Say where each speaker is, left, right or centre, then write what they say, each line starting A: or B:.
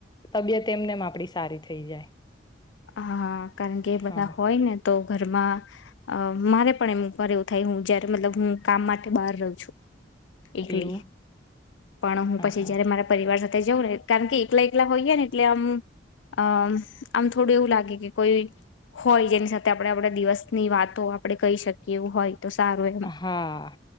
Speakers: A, on the left (about 25°); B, on the left (about 80°).
A: તબિયત એમનેમ આપડી સારી થઈ જાય.
B: હા કારણ કે એ બધા
A: હા
B: હોય ને તો ઘરમાં અમ મારે પણ એમ ઘરે એવું થાય હું જારે મતલબ હું કામ માટે બહાર રહું છું. એકલી
A: એવું
B: પણ હું
A: હા
B: પછી
A: હા
B: જયારે મારા પરિવાર સાથે સાથે જવ ને કારણ કે એકલા એકલા હોઈયે ને એટલે આમ અ આમ. થોડું એવું લાગે કે કોઈ હોય જેની સાથે આપડે આપડા દિવસની વાતો આપડે કહી શકીએ એવું હોય. તો સારું એમ
A: હા